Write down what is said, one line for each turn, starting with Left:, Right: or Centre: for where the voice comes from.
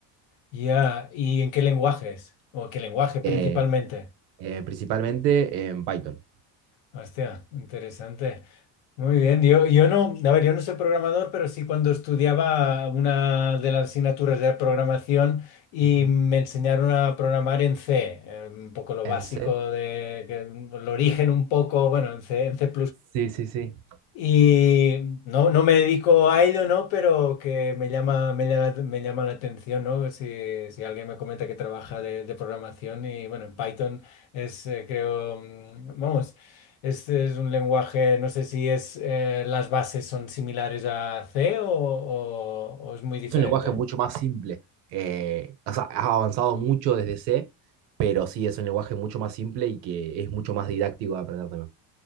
Left: Ya, ¿Y en qué lenguajes? ¿O qué lenguaje principalmente?
Right: Eh, eh, principalmente en Python.
Left: Hostia, interesante. Muy bien, yo, yo no, a ver, yo no soy programador, pero sí cuando estudiaba una de las asignaturas de programación y
Right: Ujú.
Left: me enseñaron a programar en C, eh, un poco lo
Right: En
Left: básico
Right: C.
Left: de, que- el origen un poco, bueno, en C, en C++.
Right: Sí, sí, sí.
Left: Y no, no me dedico a ello, ¿no? Pero que me llama, me llama, me llama la atención, ¿no? Si, si alguien me comenta que trabaja de, de programación y bueno, en Python es, eh, creo, mm, vamos, es, es un lenguaje, no sé si es, eh, las bases son similares a C o, o- o es muy diferente.
Right: Es un lenguaje mucho más simple. Eh, o sea, has avanzado mucho desde C, pero sí es un lenguaje mucho más simple y que es mucho más didáctico de aprender también.